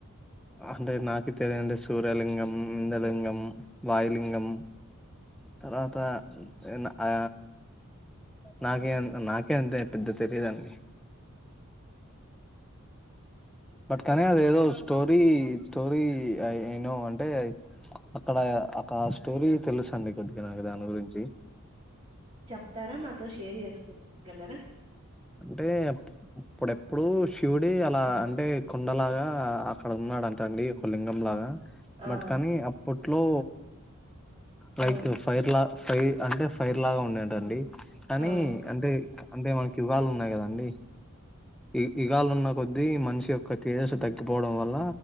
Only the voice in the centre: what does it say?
అంటే నాకు తెలియదు టే సూర్యలింగం ఇందలింగం వయులింగం తర్వాత ఆ నాకే నాకే అంతే పెద్ద తెలియదండి బట్ కానీ అది ఏదో స్టోరీ స్టోరీ అయినో అంటే అక్కడ ఒక స్టోరీ తెలుసు అండి కొద్దిగా నాకు దాని గురించి
అంటే అప్పుడెప్పుడు శివుడి అలా అంటే కొండలాగా అక్కడ ఉన్న న్నాడంట అండి ఒక లింగం లాగా
బట్ కానీ అప్పట్లో లైక్
ఫైర్ లా ఫైర్ అంటే ఫైర్ లాగా ఉండేంటండి కానీ
అంటే అంటే మనకి వాళు ఉన్నాయి కదండి ఈ ఇగాలు ఉన్న కొద్ద్దీ మనిషి యొక్క తేజస్ తగ్గిపోవడం వల్ల